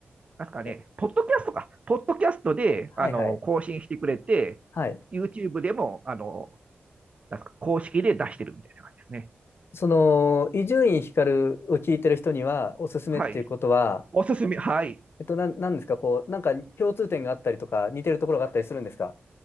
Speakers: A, on the right; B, on the left.
A: なんすかね、
B: え、
A: ポッドキャストか。ポッドキャストで、
B: はいはい。
A: あの、更新してくれて、
B: はい。
A: YouTube でも、あの、なんすか、公式で出してるみたいな感じですね。
B: その、伊集院光を聞いてる人にはおすすめっていうことは、
A: はい。おすすめ、はい。
B: えっと、なん、なんですか、こう、なんか共通点があったりとか、似てるところがあったりするんですか